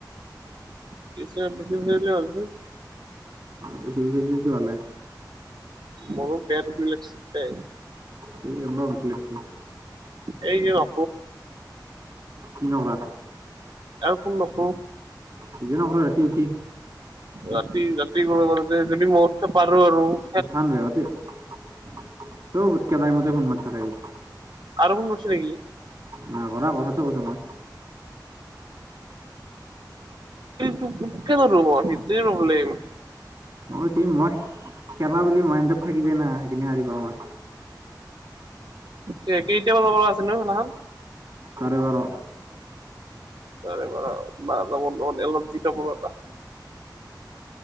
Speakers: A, on the right (about 75°); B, on the right (about 60°).
A: বছি বেছিতি ভালছে <inaudible>
B: বেছি পইচা দিলেতো ভালে
A: মোৰো পেট বিষাইছে দে।
B: স মইক লক্ষ <inaudible>
A: এই যে <inaudible>
B: কি নকৰা?
A: আৰু ফোন নকৰো।
B: নিজে নকৰো ৰাতি উঠি
A: ৰাতি ৰাতি গ ব যে যদি মহোৎসৱ পাৰ আৰু <inaudible>
B: চান আৰুতে চবতকেইটাই মতে ফোন মাৰ থাকাই <inaudible>
A: ফোন কৰিছে নেকি
B: নাগৰা কথাটো কৈছো মই।
A: তোকোক ক ন ৰব সেইটো প্ৰব্লেম,
B: অ মই খেলা বুলি মাইণ্ডত থাকি যায় না সেইখিনি হাৰ পা মই।
A: কি এতিয়া বাব পৰা আছিল ন সেইদিনাখন <inaudible>
B: চাৰে বাৰ।
A: চাৰে বাৰ ম এলজি কাপটা <inaudible>